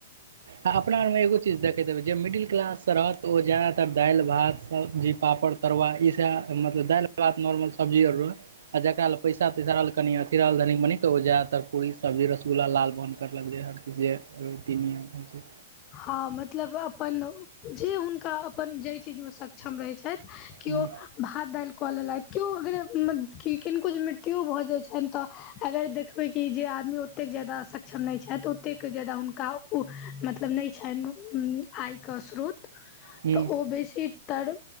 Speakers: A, on the right; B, on the left.
A: आ अपना आरमे एगो चीज देखैत देबै जे मिडिल क्लास जाादातर दालि भात सब्जी पापड़ तरुआ ई सभ मतलब दालि त नर्मल सब्जी र आ जकरा ल पैसा तैसा रहल कनि अथि रहल धनी मनी तऽ ओ जादातर पूरी सब्ज रसगल्ला लाल बन करलक ह जे तन।
B: ह मतलब अपन जे हुनका अपन जाहि चीजमे सक्षम रहै छथि कियो
A: हुँ
B: भात दालि कऽ लेलथि केओ अगर किनको मृत्यो भऽ जाय छनि त अगर देखबै कि जे आदमी ओते कऽ जादा सक्षम नहि छथि ओतेक जादा हुनका ओ मतलब नहि छनि आय के स्रोत
A: हुँ
B: तऽ ओ बेसी तऽ